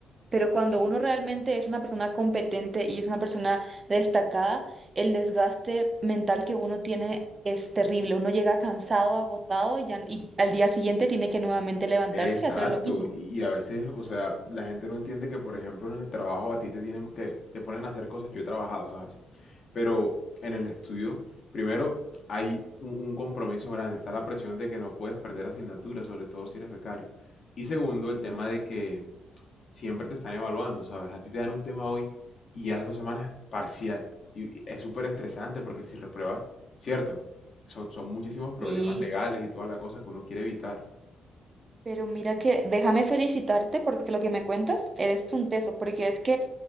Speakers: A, on the right; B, on the left.
A: Pero cuando uno realmente es una persona competente y es una persona destacada, el desgaste mental que uno tiene es terrible. Uno llega cansado, agotado y, ya- y al día siguiente tiene que nuevamente levantarse
B: Exacto,
A: y hacer lo mismo.
B: y a veces, o sea, la gente no entiende que, por ejemplo, en el trabajo a ti te tienen que, te ponen a hacer cosas, yo he trabajado, ¿sabes? Pero en el estudio, primero, hay un, un compromiso grande, está la presión de que no puedes perder asignaturas, sobre todo si eres becario. Y segundo, el
A: Sí.
B: tema de que siempre te están evaluando, ¿sabes? A ti te dan un tema hoy y ya las dos semanas parcial. Y y es súper estresante porque si repruebas, cierto, son, son muchísimos problemas
A: Sí.
B: legales y toda la cosa que uno quiere evitar.
A: Pero mira que déjame felicitarte porque lo que me cuentas, eres un teso, porque es que